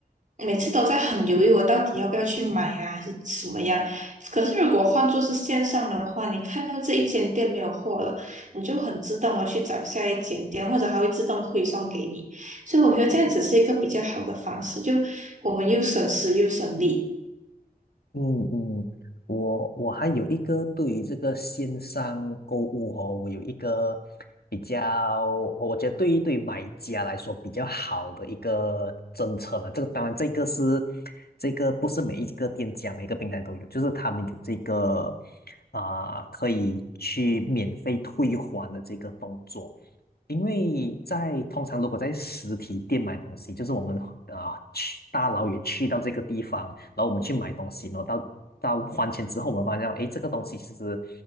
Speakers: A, on the right (about 50°); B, on the left (about 70°).
A: 每次都在很犹豫，我到底要不要去买呀，还是怎么样？可是如果换作是线上的话，你看到这一间店没有货了，你就很自动的去找下一间店，或者它会自动推送给你。所以我觉得这样子是一个比较好的方式，就我们又省时又省力。
B: 嗯嗯，我我还有一个对于这个线上购物哦，我有一个比较，我觉得对于对于买家来说比较好的一个政策了。这个当然这个是这个不是每一个店家每一个平台都有，就是他们有这个啊、可以去免费退还的这个动作。因为在通常如果在实体店买东西，就是我们啊、去大老远去到这个地方，然后我们去买东西，然后到到还钱之后，我们发现哎这个东西其实